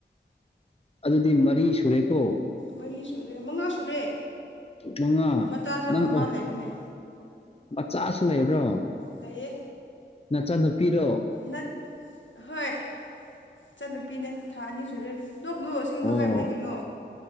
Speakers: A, on the left; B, on the left.
A: ꯑꯗꯨꯗꯤ ꯃꯔꯤ ꯁꯨꯔꯦꯀꯣ
B: ꯃꯔꯤ ꯁꯨꯔꯦ ꯃꯉꯥ ꯁꯨꯔꯦ
A: ꯃꯉꯥ
B: ꯃꯇꯥꯁꯨ
A: ꯅꯪ
B: ꯑꯃ ꯂꯩꯕꯅꯦ
A: ꯃꯆꯥꯁꯨ ꯂꯩꯕ꯭ꯔꯣ
B: ꯂꯩꯌꯦ
A: ꯅꯆꯥ ꯅꯨꯨꯄꯤꯔꯣ
B: ꯅꯠ ꯍꯣꯏ ꯆꯠ ꯅꯨꯨꯄꯤꯅꯦ ꯊꯥ ꯑꯅꯤ ꯁꯨꯔꯦ ꯂꯣꯛ ꯅꯨ ꯑꯁꯦꯡꯕ
A: ꯑꯣ
B: ꯍꯥꯏꯕꯅꯦ ꯀꯩꯅꯣ